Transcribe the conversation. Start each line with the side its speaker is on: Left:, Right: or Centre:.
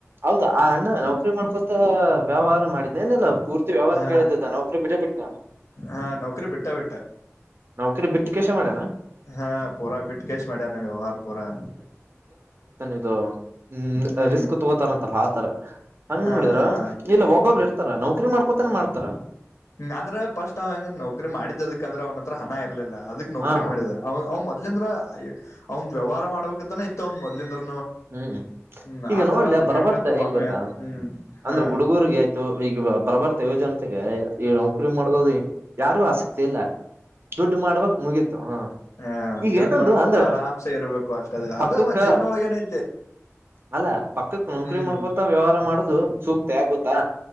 Right: ಹೌದ ಆ ಅಣ್ಣ ನೌಕರಿ ಮಾಡ್ಕೊತ ವ್ಯವಹಾರ ಮಾಡ ನ ನಲ್ಲಾ ಪೂರ್ತಿ ವ್ಯವಹಾರ
Left: ಹ
Right: ಕೇಳತ ನೌಕರಿ ಬಿಟೆ ಬಿಟನ
Left: ಹ ನೌಕರಿ ಬಿಟ್ಟ ಬಿಟ್ಟ
Right: ನೌಕರಿ ಬಿಟ್ಟು ಕೆಸ ಮಾಡ್ಯಣ
Left: ಹಾ ಪೂರಾ ಬಿಟ್ಟ ಕಷ್ಟ್ ಮಾಡ್ಯನ ವ್ಯವಹಾರ ಪೂರಾ
Right: ಇದುಮ
Left: ಹ್ಮ್
Right: ರಿಸ್ಕ್ ತಗೋತಾರಂತಲ್ಲ ಆತಾರೆ ಹಂಗ
Left: ಹಾ
Right: ನೋಡಿದ್ರ
Left: ಹಾ ಹಾ
Right: ಇಲ್ಲ ಒ ಬ್ ಇರ್ತಾರ ನೌಕರಿ ಮಾಡ್ಕೊತಾನೆ ಮಾಡ್ತಾರ
Left: ಹಂಗ ಅಂದ್ರೆಫಸ್ಟ್ ಹೆಂಗ ನೌಕರಿ ಮಾಡಿದ್ದದಕ ಅಂದ್ರ ಅವನ ಹತ್ರ ಹಣ ಲಿಲ್ಲ ಅದಕ್ ನೌಕರಿ
Right: ಹ
Left: ಮಾಡಿದಿದೆ ಅವ್ ಮೊದಲಿಂದ್ರ ಅವ್ ವ್ಯವಹಾರ ಮಾಡಬೇಕಾನ ಇತ್ತು ಅವ್ ಮೊದಲಿಂದ್ರ
Right: ಹ್ಮ್
Left: ಹ್ಮ್
Right: ಈಗ
Left: ಆದ್ರ
Right: ನೋಡ್ಲ
Left: ಅವಂಗ
Right: ಬರಬರ್ತ
Left: ಹೆಂಗತ
Right: ಹೆಂಗ್
Left: ಒಮ್ಮೆ
Right: ಗೊತ್ತಾ
Left: ಹ್ಮ್ ಹಾ
Right: ಅಂದ್ರ ಹುಡುಗರ್ರಿಗೆ ಆಯ್ತು ಈಗ ಬರಬಾರತೆ ಯುವ ಜನತೆಗೆ ಈ ನೌಕರಿ ಮಾಡ್ದದು ಯಾರು ಆಸಕ್ತಿ ಇಲ್ಲ ದುಡ್ಡು ಮಾಡ್ಬಕ್ ಮುಗೀತು ಹಾ
Left: ಹಹ
Right: ಈಗ
Left: ದುಡ್ಡು
Right: ಏನೊಂದು
Left: ಮಾಡ್ಬೇಕು
Right: ಅಂದ್ರ
Left: ಆರಾಮಸೆ ಇರಬೇಕು ಅಷ್ಟದ
Right: ಪಕ್ಕಕ್ಕ
Left: ಅದ ಜೀವನೊಳಗೆ ಏನೈ
Right: ಅಲ್ಲ ಪಕ್ಕಕ್ ನೌಕರಿ
Left: ಹ್ಮ್
Right: ಮಾಡ್ಕೊತ ವ್ಯವಹಾರ ಮಾಡುದು ಸೂಕ್ತ ಆಗ್ ಗೊತ್ತಾ